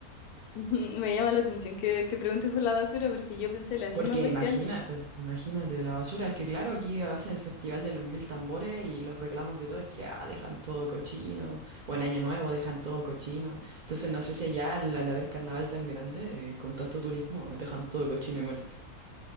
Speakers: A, on the left; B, on the right.
A: <laughs> Me llama la atención que, que preguntes por la basura porque yo pensé la misma
B: Porque
A: cuestión.
B: imagínate, imagínate, la basura. Es que claro, aquí hacen el Festival de los Mil Tambores y los reclamos de todo es que ah, dejan todo cochino, o en Año Nuevo dejan todo cochino. Entonces no sé si allá al, al haber carnaval tan grande, eh, con tanto turismo, dejan todo cochino igual.